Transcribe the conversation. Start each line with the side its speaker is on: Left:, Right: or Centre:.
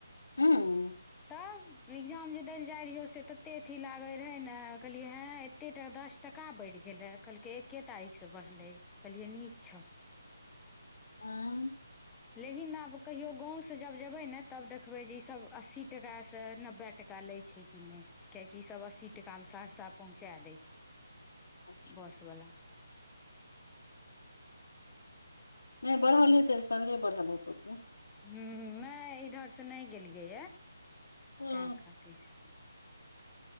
Left: हँ
Centre: एग्जाम जे देल जाय रहियौ से तते अथी लागे रहे ने कहलिये हे एते टा दस टाका बढ़ि गेलै कहलकै एक्के तारीखसे बढ़लै कहलियै नीक छौ
Left: हँ
Centre: लेकिन आब कहियो गाँव से जब जेबै ने तब देखबै जे ई सब अस्सी टका से नब्बे टका लै छै कि नहि किएकि ईसभ अस्सी टाकामे सहरसा पहुँचा दै छै
Left: अच्छा
Centre: बसवला तें
Left: नहि बढ़ल हेतैऽ सगरे बढ़ल हेतौ की
Centre: ह नहि इधर से नहि गेलियै यए
Left: हँ,
Centre: तैं खातिर